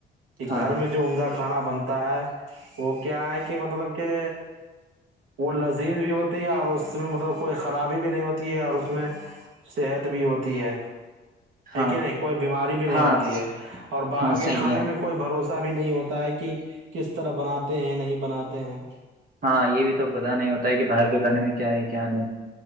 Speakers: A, on the right; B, on the right.
A: کہ
B: ہاں
A: گھر میں جو عمدہ کھانا بنتا ہے وہ کیا ہے کہ مطلب کہ وہ لذیذ بھی ہوتی ہے اور اس میں مطلب کوئی خرابی بھی نہیں ہوتی ہے اور اس میں صحت بھی ہوتی ہے
B: ہاں
A: ہے کہ نہیں کوئی بیماری بھی نہیں
B: ہاں
A: ہوتی ہے اور باہر
B: ہاں صحیح
A: کے کھانے
B: ہے
A: میں کوئی بھروسہ ایسا بھی نہیں ہوتا ہے کہ کس طرح بناتے ہیں نہیں بناتے ہیں
B: ہاں یہ بھی تو پتا نہیں ہوتا ہے کہ باہر کے کانے میں کیا ہے کیا نہیں